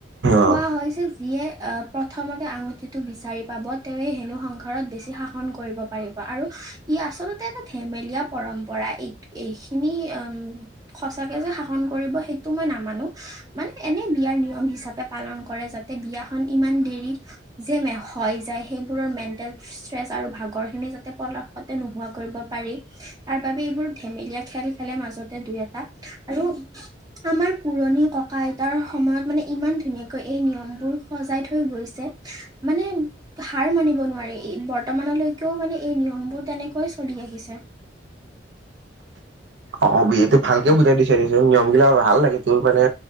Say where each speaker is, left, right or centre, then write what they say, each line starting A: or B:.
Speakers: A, on the right; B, on the right.
A: কোৱা
B: অ
A: হৈ যে যিয়ে প্ৰথমতে আঙুঠিটো বিচাৰি পাব তেৱে হেনু সংসাৰত বেছি শাসন কৰিব পাৰিব আৰু ই আচলতে এটা ধেমেলীয়া পৰম্পৰা, এই, এইখিনি উম সচাকে যে শাসন কৰিব সেইটো মই নামানো মানে এনে বিয়াৰ নিয়ম হিচাপে পালন কৰে যাতে বিয়াখন ইমান দেৰি যে হৈ যায় সেইবোৰৰ মেণ্টেল ষ্ট্ৰেচ আৰু ভাগৰ খিনি যাতে পলশতে নোহোৱা কৰিব পাৰি তাৰ বাবে এইবোৰ ধেমেলীয়া খেল খেলে মানু মাজতে দুই এটা। আৰু আমাৰ পুৰণি ককা আইতাৰ সময়ত মানে ইমান ধুনীয়া কৈ এই নিয়মবোৰ সজাই থৈ গৈছে মানে হাৰ মানিব নোৱাৰি বৰ্তমানৰ লৈকেও মানে এই নিয়মবোৰ তেনেকৈ চলি আহিছে।
B: অ', বে এইটো ভালকে বুজাই দিছে দেচোন নিয়ম গিলা ভাল লাগে তোৰ মানে